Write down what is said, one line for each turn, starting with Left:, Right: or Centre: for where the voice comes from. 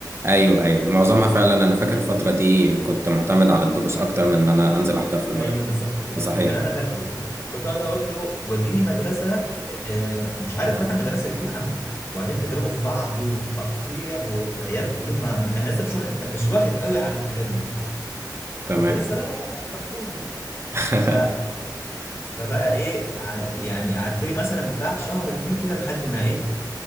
Right: أيوه أيوه معظمها فعلا أنا فاكر الفترة دي كنت معتمد على الدروس أكتر من إن أنا أنزل أحضر في المدرسة
Left: ايوه بالظبط كده
Right: صحيح
Left: ده اللي
Right: آه.
Left: انا فاكره كنت اقعد اقول له وديني مدرسه آه، مش عارف اروح المدرسه دي يا عم وبعدين بيضربوا في بعض وبتقطيع وعيال كلهم ما- انا لسه مش واخد مش واخد قوي على الحاجات دي
Right: تمام
Left: كنت لسه بقى فرفور يعني
Right: <laughs>
Left: ف... فبقى ايه ع- يعني قعدت لي مثلا بتاع شهر اتنين كده لحد ما ايه